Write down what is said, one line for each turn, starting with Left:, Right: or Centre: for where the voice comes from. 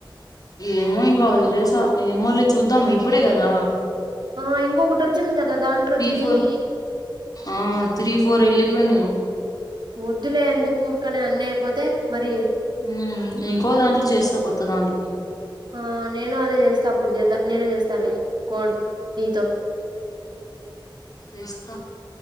Left: ఏమో ఇంక వదిలేస ఏమోలే చూద్దామ్ ఇప్పుడే గదా
Right: ఓ ఇంకొకటొచ్చింది గద దాంట్లొ చెయ్యి
Left: ఫోర్ ఆ త్రీ ఫోరెళ్లిపొయ్నయ్
Right: వొద్దులె ఎందుకు ఊర్కనె అన్ని ఐపోతె మరి
Left: ఊమ్ ఇంకో దాంట్లొ చేస్త కొత్త దాంట్లొ
Right: ఆ నేను అదె జేస్త అప్పుడు జేద్దా నేను జేస్తాలె కోడ్ నీతొ
Left: చేస్త